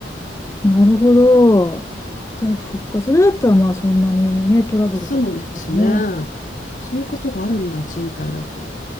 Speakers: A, on the left; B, on the left.
A: なるほど。
B: うん
A: じゃそっか。それだったら、まあ、そんなにね、トラブルとかはね、
B: そうですね。そういうことがあるんだ、賃貸だと。